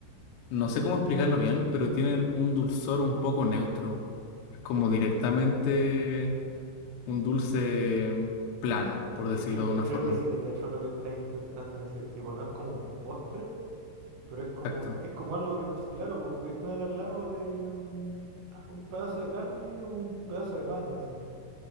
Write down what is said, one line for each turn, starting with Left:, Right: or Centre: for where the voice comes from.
Left: no sé cómo explicarlo bien, pero tienen un dulzor un poco neutro. Es
Right: Mm.
Left: como directamente un dulce mm, plano, por decirlo
Right: Que cre-
Left: de una
Right: creo
Left: forma.
Right: que sí te cacho lo que estás intentando decir. Tipo, no es como un postre, pero es como,
Left: Exacto,
Right: es como algo que, pues, claro, pues podéis tener al lado de un, a- un pedazo de carne o un pedazo de pan, así.